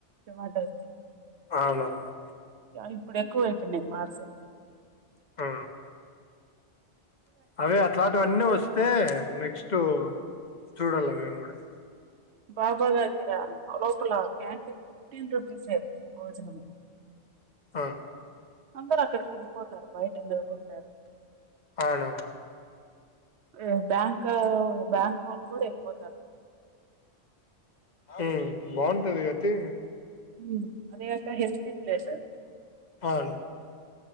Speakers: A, on the right; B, on the left.
A: జొమాటో వచ్చి
B: అవునవును
A: ఎప్పుడెక్కువ అయిపోయినాయి పార్సెల్
B: ఆ అవే అట్లాంటివన్నీ వస్తే నెక్స్ట్ చూడాల మేము గూడా
A: బాబాగారి దగ్గర అలోపలా క్యాంటీన్ ఫీఫ్టీన్ రూపీస్ భోజనము
B: ఆ
A: అందరు అక్కడికి వెళ్ళిపోతారు బయట ఎవరు ఉంటారు
B: అవునవును
A: ఏ బ్యాంక్ బ్యాంక్ ఒళ్ళు కూడా పోతుర
B: ఎ బాగుంటది గద కే
A: మ్ అది గాక హెల్తి ప్లేస్ అది
B: అవును